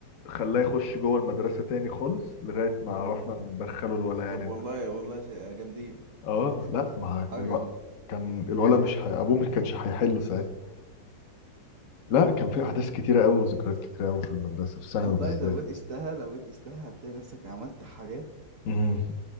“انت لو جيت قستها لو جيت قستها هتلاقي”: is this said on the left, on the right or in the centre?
Right